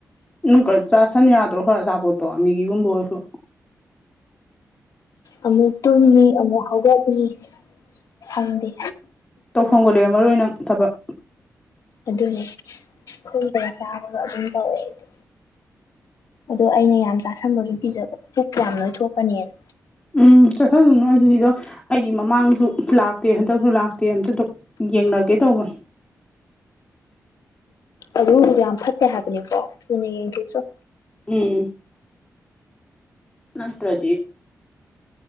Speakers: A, on the left (about 20°); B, on the left (about 75°).
A: ꯎꯝ ꯀꯥ ꯆꯥꯁꯟ ꯌꯥꯗ꯭ꯔꯣ ꯈꯔ ꯑꯆꯥꯄꯣꯠꯇꯣ ꯃꯤꯒꯤꯒꯨꯝꯕ ꯑꯣꯏꯔꯁꯨ
B: ꯑꯃꯨꯛ ꯇꯨꯝꯅꯤ ꯑꯃꯨꯛ ꯍꯧꯒꯠꯅꯤ ꯁꯪꯗꯦ
A: ꯇꯧꯐꯝꯒ ꯂꯩꯔꯝꯃꯔꯣꯏ ꯅꯪ ꯊꯕꯛ
B: ꯑꯗꯨꯅꯦ ꯇꯨꯝꯕꯒ ꯆꯥꯕꯒ ꯑꯗꯨꯝ ꯇꯧꯋꯦ ꯑꯩꯗꯨ ꯑꯗꯣ ꯑꯩꯅ ꯌꯥꯝ ꯆꯥꯁꯟꯕꯒꯤ ꯀꯤꯖꯕ ꯄꯨꯛ ꯌꯥꯝ ꯅꯣꯏꯊꯣꯛꯀꯅꯤꯅ
A: ꯎꯝ ꯆꯁꯜꯂꯨꯅꯨ ꯑꯗꯨꯒꯤꯗꯣ ꯑꯩꯗꯤ ꯃꯃꯥꯡꯁꯨ ꯂꯥꯛꯇꯦ ꯍꯟꯗꯛꯁꯨ ꯂꯥꯛꯇꯦ ꯑꯝꯇ ꯗꯣꯛ ꯌꯦꯡꯅꯒꯦ ꯇꯧꯕ
B: ꯑꯗꯨ ꯌꯥꯝ ꯐꯠꯇꯦ ꯍꯥꯏꯕꯅꯤꯀꯣ ꯊꯨꯅ ꯌꯦꯡꯊꯣꯎꯆꯣ
A: ꯎꯝ ꯅꯇ꯭ꯔꯥꯗꯤ